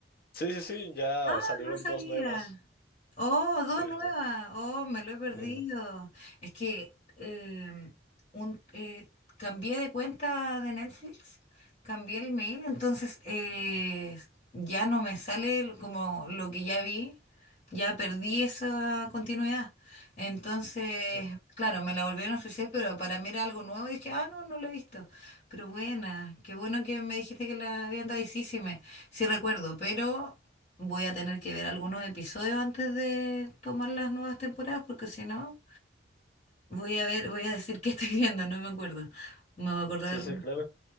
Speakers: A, on the left (about 50°); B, on the left (about 30°).
A: sí, sí, sí, ya
B: Ah,
A: salieron
B: no sabía.
A: dos nuevas.
B: Oh, dos
A: Sí,
B: nuevas.
A: sí, sí.
B: Oh, me lo he perdido.
A: Ujú,
B: Es que em, un, eh, cambié de cuenta de Netflix, cambié el mail, entonces eh, ya no me sale lo- como lo que ya vi, ya perdí esa continuidad. Entonces,
A: ujú.
B: claro, me la volvieron a ofrecer, pero para mí era algo nuevo y dije, ah, no, no lo he visto. Pero buena, qué bueno que me dijiste que la habían dado y sí, sí me, sí recuerdo, pero Voy a tener que ver algunos episodios antes de tomar las nuevas temporadas porque si no, voy a ver, voy a decir qué estoy viendo, no me acuerdo. Me voy a acordar
A: Sí,
B: de algunas
A: sí, claro.
B: cosas